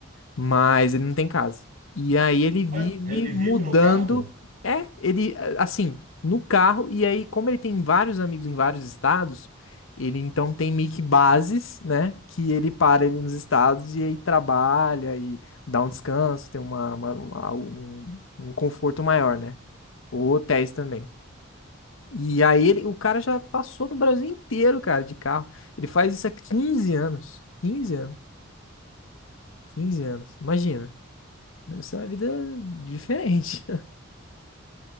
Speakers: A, on the left (about 75°); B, on the right (about 40°).
A: mas ele não tem casa. E aí ele vive
B: Ué, Ele
A: mudando.
B: vive no carro,
A: É, ele a- assim, no carro, e aí, como ele tem vários amigos em vários estados, ele então tem meio que bases, né? Que ele para ali nos estados e aí trabalha e dá um descanso, tem uma, uma- uma- um, um conforto maior, né? Ou hotéis também. E aí ele, o cara já passou no Brasil inteiro, cara, de carro. Ele faz isso há 15 anos. 15 anos. 15 anos. Imagina. Deve ser uma vida diferente. <laughs>